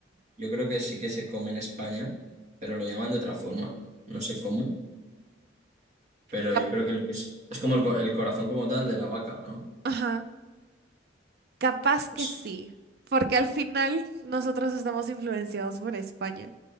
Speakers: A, on the right (about 40°); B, on the right (about 55°).
A: yo creo que sí que se come en España, pero lo llaman de otra forma. No sé cómo, pero
B: Cap-
A: yo creo que lo que es, es como
B: Mm.
A: el, co- el corazón como tal de la vaca, ¿no?
B: Ajá, capaz que
A: Pues,
B: sí, porque al final nosotros estamos influenciados por España